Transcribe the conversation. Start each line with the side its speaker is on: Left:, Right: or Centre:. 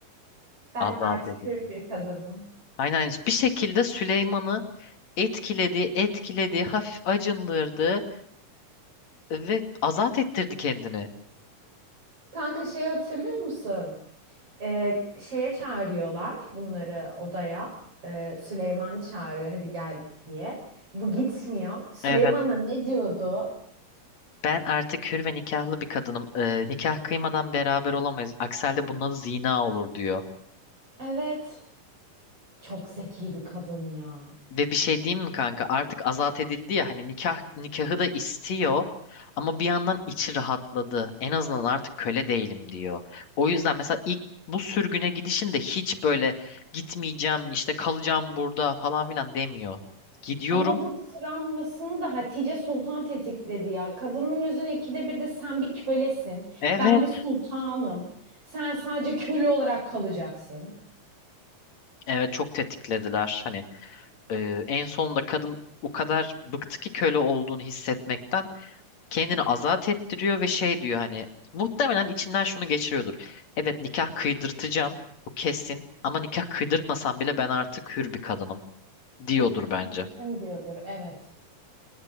Right: Ben
Left: Azat
Right: artık
Left: edildi.
Right: hür bir kadınım.
Left: Aynen aynen. bir şekilde Süleyman'ı etkiledi, etkiledi, hafif acındırdı ve azat ettirdi kendini.
Right: Kanka şey hatırlıyor musun? Ee, şeye çağırıyorlar bunları odaya. Ee, Süleyman çağırıyor hadi gel diye. Bu gitmiyor. Süleyman'a
Left: Evet
Right: ne diyordu?
Left: Ben artık hür ve nikahlı bir kadınım. Ee, nikah kıymadan beraber olamayız. Aksi halde bunun adı zina olur diyor.
Right: Evet. Çok zeki bir kadın ya.
Left: Ve bir şey diyeyim mi kanka? Artık azat edildi ya hani nikah nikahı da istiyor ama bir yandan içi rahatladı. En azından artık köle değilim diyor. O yüzden mesela ilk bu sürgüne gidişinde hiç böyle gitmeyeceğim işte kalacağım burada falan filan demiyor. Gidiyorum.
Right: Ama bu travmasını da Hatice Sultan tetikledi ya. Kadının yüzünü ikide bir de sen bir kölesin.
Left: Evet.
Right: Ben bir sultanım. Sen sadece köle olarak kalacaksın.
Left: Evet çok tetiklediler. Hani e, en sonunda kadın o kadar bıktı ki köle olduğunu hissetmekten kendini azat ettiriyor ve şey diyor hani muhtemelen içinden şunu geçiriyordur. Evet nikah kıydırtacağım bu kesin ama nikah kıydırtmasam bile ben artık hür bir kadınım diyordur bence.
Right: Kesin diyordur evet.